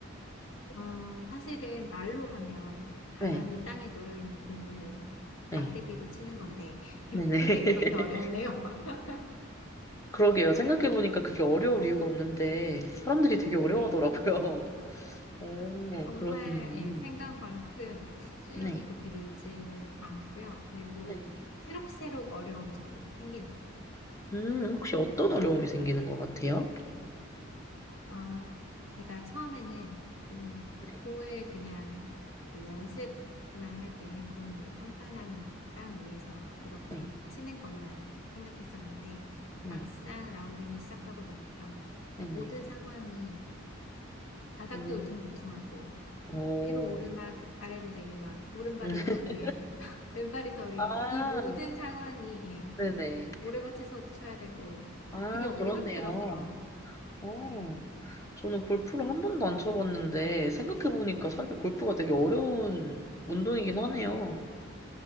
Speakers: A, on the left (about 75°); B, on the left (about 15°).
A: 어, 사실은 말로 하면 가만히
B: 네,
A: 땅에 놓여 있는 공을
B: 네,
A: 막대기로 치는 건데, <laughs>
B: 네네.
A: 그게
B: <laughs>
A: 그렇게 어렵네요. <laughs>
B: 그러게요. 생각해보니까 그게 어려울 이유가 없는데 사람들이 되게 어려워하더라고요.
A: 네,
B: 오,
A: 정말,
B: 그렇네요.
A: 예, 생각만큼 실력이
B: 네,
A: 그렇게 늘지는 않고요. 그리고
B: 네.
A: 새록새록 어려운 점이 생기는 것 같아요.
B: 음, 혹시 어떤 어려움이 생기는 것 같아요?
A: 어, 제가 처음에는 그
B: 네,
A: 공을 그냥 그 연습만 할 때는 공을 그냥 판판한 땅 위에서 이렇게
B: 네,
A: 치는 것만 생각했었는데
B: 네,
A: 막상 라운딩을 시작하고 나니까
B: 네네.
A: 모든 상황이 바닥도
B: 음,
A: 울퉁불퉁하고
B: 오,
A: 위로 오르막
B: 음,
A: 아래로 내리막 오른발이
B: <laughs>
A: 더 위에 <laughs> 왼발이 더 위에
B: 아,
A: 이 모든 상황이 예,
B: 네네.
A: 모래밭에서도 쳐야 되고
B: 아,
A: 그게 어렵더라고요.
B: 그렇네요. 어,
A: 네.
B: 저는 골프를 한 번도 안 쳐봤는데, 생각해보니까 사실 골프가 되게 어려운 운동이긴 하네요.